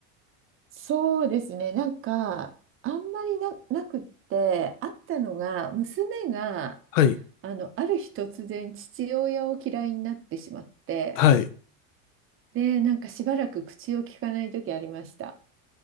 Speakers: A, on the right; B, on the left.
A: そうですね。なんか、あんまりな、なくって、あったのが、娘が、
B: はい、
A: あの、ある日突然父親を嫌いになってしまって、
B: はい。
A: で、なんかしばらく口を聞かない時ありました。